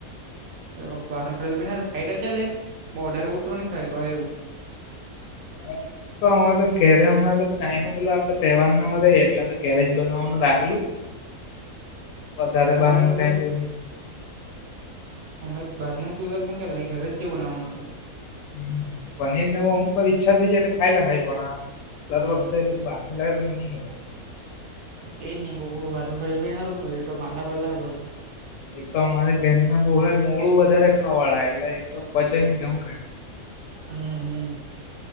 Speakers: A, on the right; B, on the left.
A: <unintelligible> ખાય લે ચાલે બો વધારે ઉઠું ખાય પર એવું.
B: એ તો અમે તો ઘેરે અમારે તો કઈ બોલ આપડે તહેવાર ન રે એટલે તો ઘેરેજ બનાવવાનું રાખેલું. વધારે
A: અમારે
B: બહાર નું
A: ઘર
B: કઈ બી
A: અમારે બાર નું કોઈ વાર મંગાવે ભાઈ ઘરે જવો નાવાનું હતું.
B: હમ્મ પનીરને અમુક વાત ઈચ્છા થઈ જાય તો ખાઈલા ખાય પણ આ દર
A: હમ
B: વખતે બધું બાકી <unintelligible> ની મજા
A: તેજને કોઈ કોઈક વાર <unintelligible> કોઈ તો માંદા પડેલા આવું હોય તો.
B: એક તો અમારે ઘરના બોળા મોડું વધારે ખાવા વાળા એટલે એક તો પચે નહીં તે હું કંઈ.
A: હમ્મ હમ્મ.